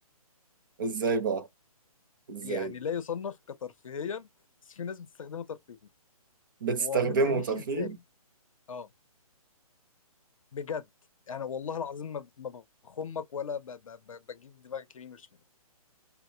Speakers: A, on the right; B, on the left.
A: إزاي بقى إزاي
B: يعني لا يصنف كترفيهيا بس في ناس بتستخدمه ترفيهي
A: بتستخدمه
B: وما تسألنيش
A: ترفيهي
B: ازاي اه بجد انا والله العظيم ما ما بخمك ولا ب... ب... ب... بجيب دماغك يمين وشمال